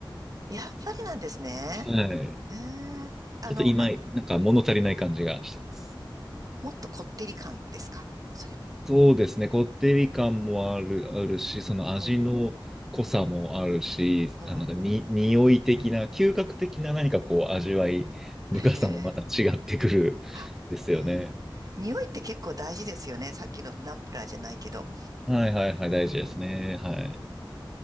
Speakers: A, on the right; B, in the centre.
A: やっぱりなんですね。
B: はい。
A: ええ、あの、
B: ちょっと今、
A: あ、
B: なんか物足りない感じがしてます。
A: もっとこってり感ですかそれ。
B: そうですね。こってり感もある、あるし、その味の濃さもあるし、
A: うん、うん。
B: あ、なんかに、匂い的な、嗅覚的な何かこう味わい深さもまた違ってくるですよね。
A: へえ。あ、うん。匂いって結構大事ですよね。さっきのナンプラーじゃないけど。
B: はいはいはい、大事ですね。
A: うん、
B: はい。
A: うん。